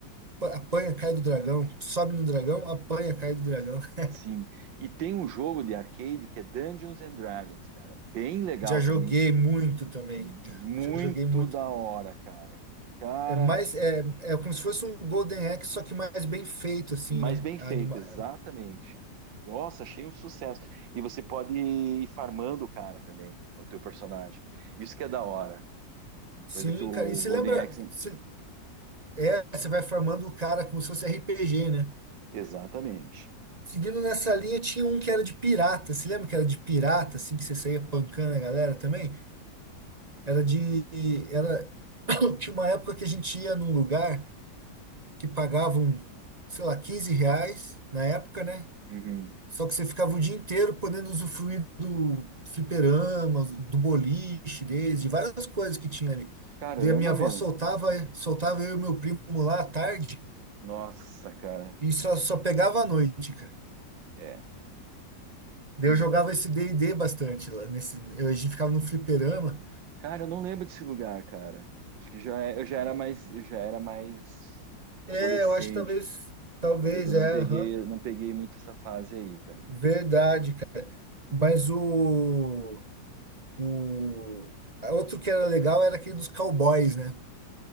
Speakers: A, on the right; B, on the right.
A: Apanha, cai do dragão. Sobe no dragão, apanha, cai do dragão. <laughs>
B: Sim. E tem um jogo de arcade que é Dungeons and Dragons, cara. Bem legal
A: Já joguei
B: também.
A: muito também,
B: Muito
A: cara. Já joguei muito.
B: da hora, cara. Cara,
A: É mais,
B: que-
A: é, é como se fosse um Golden Axe, só que mais bem feito, assim,
B: mas
A: né?
B: bem
A: A
B: feito,
A: anima...
B: exatamente. Nossa, achei um sucesso. E você pode ir farmando o cara também, o teu personagem. Isso que é da hora.
A: Sim,
B: Coisa que o
A: cara. E se
B: Golden
A: lembra,
B: Axe.
A: se... é, você vai farmando o cara como se fosse RPG, né?
B: Exatamente.
A: Seguindo nessa linha, tinha um que era de pirata. Se lembra que era de pirata, assim, que você saía pancando a galera também? Era de. Era... <coughs> <clears throat> Tinha uma época que a gente ia num lugar. que pagavam, sei lá, 15 reais na época, né?
B: Uhum.
A: Só que você ficava o dia inteiro podendo usufruir do fliperama, do boliche deles, de várias coisas que tinha ali.
B: Caramba,
A: Daí a minha avó
B: meu.
A: soltava, soltava eu e meu primo lá à tarde
B: Nossa, cara.
A: e só, só pegava à noite, cara.
B: É.
A: Daí
B: Que-
A: eu jogava esse D&D bastante lá nesse, eu, a gente ficava no fliperama.
B: Cara, eu não lembro desse lugar, cara. Acho que já, é- eu já era mais, eu já era mais
A: É,
B: adolescente.
A: eu acho que talvez, talvez,
B: Talvez eu
A: é,
B: não peguei,
A: aham.
B: não peguei muito essa fase aí, cara.
A: Verdade, cara. Mas o O outro que era legal era aquele dos cowboys, né?